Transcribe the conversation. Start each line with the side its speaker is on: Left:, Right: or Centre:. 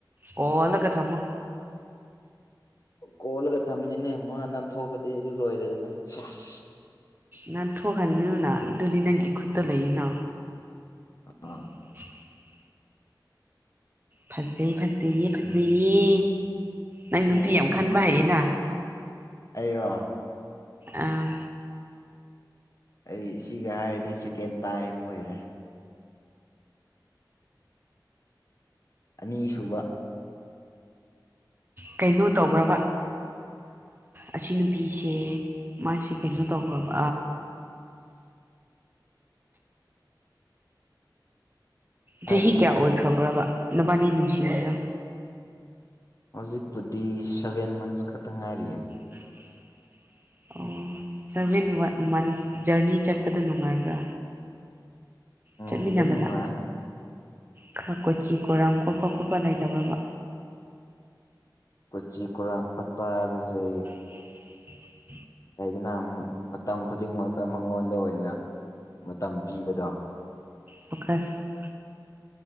Right: ꯀꯣꯜꯂꯒ ꯊꯝꯃꯣ
Left: ꯀꯣꯜꯂꯒ ꯇꯝꯃꯤꯅꯤꯅꯦ ꯃꯥ ꯅꯥꯟꯊꯣꯛꯑꯗꯤ ꯑꯩꯗꯤ ꯂꯣꯏꯔꯦꯗꯅ ꯁꯤꯁ
Right: ꯅꯪ ꯊꯣꯛꯍꯟꯒꯅꯨꯅ ꯑꯗꯨꯗꯤ ꯅꯪꯒꯤ ꯈꯨꯨꯠꯇ ꯂꯩꯌꯦꯅꯥ
Left: ꯑ <inaudible>
Right: <inaudible> ꯐꯖꯩ ꯐꯖꯩꯌꯦ ꯐꯖꯩꯌꯦ ꯅꯪ
Left: ꯁꯦ
Right: ꯅꯨꯄꯤ ꯌꯥꯝ
Left: ꯑꯗꯨꯃꯥꯏ
Right: ꯈꯟꯕ ꯍꯥꯩꯌꯦꯅꯥ
Left: ꯑꯩꯔꯣ
Right: ꯑꯥ
Left: ꯑꯩ ꯁꯤꯒ ꯍꯥꯏꯔꯗꯤ ꯁꯦꯀꯦꯟ ꯇꯥꯏꯝ ꯑꯣꯏꯔꯦ ꯑꯅꯤꯁꯨꯕ
Right: ꯀꯩꯅꯣ ꯇꯧꯕ꯭ꯔꯕ ꯑꯁꯤ ꯅꯨꯄꯤꯁꯦ ꯃꯥꯁꯦ ꯀꯩꯅꯣ ꯇꯧꯕ꯭ꯔꯕ
Left: ꯍꯥꯏꯕꯗꯤ
Right: ꯆꯍꯤ ꯀꯌꯥ ꯑꯣꯏꯈ꯭ꯔꯕ꯭ꯔꯕ ꯅꯕꯥꯅꯤ ꯅꯨꯡꯁꯤꯅꯔꯤꯗꯣ
Left: ꯍꯧꯖꯤꯛꯄꯨꯗꯤ ꯁꯚꯦꯟ ꯃꯟꯁ ꯈꯛꯇ ꯉꯥꯏꯔꯤꯌꯦ
Right: ꯅꯪꯒꯤ ꯑꯣ ꯁꯚꯦꯟ ꯃꯟꯁ ꯖꯔꯅꯤ ꯆꯠꯄꯗ ꯅꯨꯡꯉꯥꯏꯕ꯭ꯔꯥ
Left: ꯎꯝ
Right: ꯆꯠꯃꯤꯟꯅꯕꯗ
Left: ꯑꯗꯨꯝ ꯅꯨꯡꯉꯥꯏ
Right: ꯈꯔ ꯀꯣꯆꯤ ꯀꯣꯏꯔꯥꯡ ꯈꯣꯠꯄ ꯈꯣꯠꯄ ꯂꯩꯇꯕ꯭ꯔꯥꯕ
Left: ꯀꯣꯆꯤ ꯀꯣꯔꯥꯡ ꯈꯣꯠꯄ ꯍꯥꯏꯕꯁꯦ
Right: ꯎ <inaudible>
Left: ꯂꯩꯗꯅ ꯃꯇꯝ ꯈꯨꯗꯤꯡꯃꯛꯇ ꯃꯉꯣꯟꯗ ꯑꯣꯏꯅ ꯃꯇꯝ ꯄꯤꯕꯗꯣ
Right: ꯐꯣꯀꯁ <inaudible>